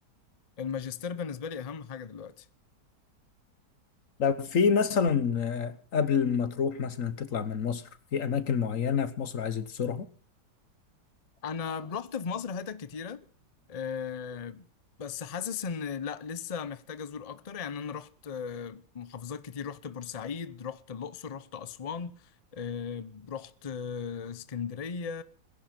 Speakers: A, on the left; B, on the left.
A: الماجستير بالنسبة لي أهم حاجة دلوقتي.
B: طب في مثلا آه، قبل ما تروح مثلا تطلع من مصر في اماكن معينة في مصر عايز تزورها
A: أنا رحت في مصر حتت كتيرة آه، بس حاسس إن لأ لسه محتاج أزور أكتر يعني أنا رحت آه، محافظات كتير رحت بورسعيد رحت الأقصر رحت أسوان آه، رحت آه، اسكندرية